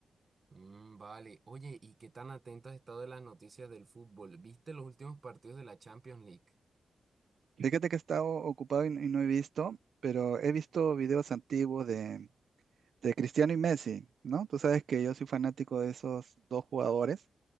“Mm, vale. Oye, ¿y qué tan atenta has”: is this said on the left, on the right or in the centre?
Right